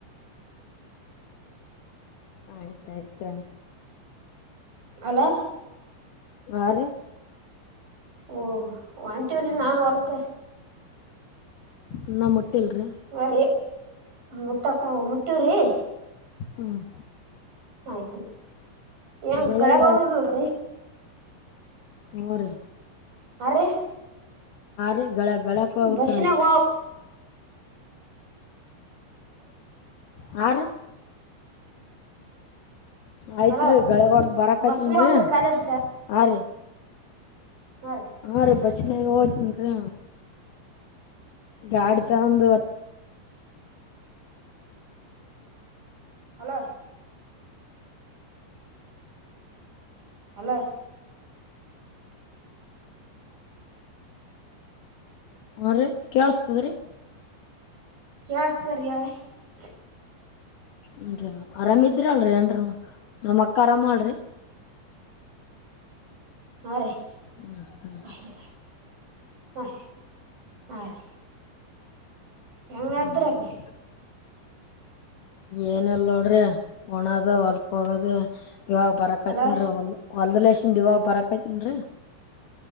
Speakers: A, on the left; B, on the right.
A: ಆಯ್ತಾಯ್ತ
B: ಹಲೋ
A: ಯಾರೀ
B: ಓಹ ಒಂಟಿವ್ರಿ ನಾನು ಹೊಲ್ಕ
A: ಇನ ಮುಟಿಲಾರಿ
B: ಬರ್ರಿ ಮುಟ್ಟಕ ಮುಟ್ಟೂರಿ
A: ಹ್ಮ್
B: ಆಯ್ತ್ರಿ ಏನ್
A: ಗಳಗ
B: ಹೋಗಲ್ಡ್ರಿ
A: ಹುನ್ರಿ
B: ಹರೇ
A: ರೀ ಗಳ ಗಳಕ್ ಹೋಗ್ಬೇಕ್ರಿ
B: ಬಸ್ಸಿನಗ್
A: ಹರೀ ಆಯ್ತ್ರಿಗಳಿಗೆ
B: ಹಲೋ
A: ಹೊಡೆದು ಬರಕ್ಯತ್ನ್ರರಿ
B: ಬಸ್ಸಿನ ಹೋಗಂಬ್ರಿ ಕಾಲೇಜ್ಗ
A: ಆರೀ
B: ಹಾ ರೀ
A: ಹಾರೀ ಬಸ್ಸಿನಗ್ ಹೋತಿನ್ರಿ
B: ಆಯ್ತ್
A: ಗಾಡಿ ತಕೊಂಡು
B: ಹಲೋ ಹಲೋ
A: ಹ್ಞೂ ರೀ ಕೇಳಿಸ್ತದ ರೀ
B: <unintelligible>
A: ಏನ್ ರೀ ಆರಾಮ ಇದ್ರಿರಲ್ರಿ ಎಲ್ಲರೂನಮ್ಮ ಅಕ್ಕ ಆರಾಮಳರೀ
B: ಹಾ ರೀ
A: ಹ್ಮ್ ಹ್ಮ್
B: ಬಾ ಇಲ್ಲಿ ಬಾ ಹಾ ಹರೀ ಹೆಂಗ್ ನೆಡ್ಡರಾಗಿ
A: ಹ್ಞೂ ಏನಿಲ್ಲ ನೋಡ್ರಿ ಉಣ್ಣೊದು ಹೊಲ್ಕೋಗೋದ ಇವಾಗ್ ಬರಕಕತೀನಿ
B: ಹಲೋ
A: ಹೊಲದಿಂದ ಈವಾಗ ಬರಕ್ತನ್ರೀ